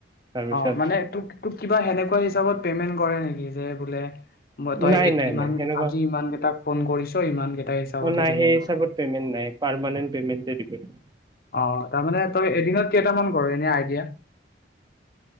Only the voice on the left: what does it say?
অ মানে তোক তোক কিবা সেনেকুৱা হিচাপত পেমেণ্ট কৰে নেকি যে বোলে মই তই
এত-
ইমান
আজি ইমান কেইটাক ফোন কৰিছ ইমান কেইটা হিচাপতহে
পেমেন্ট
কৰে?
অ তাৰমানে তই এদিনত কেইটামান কৰ এনে আইডিয়া।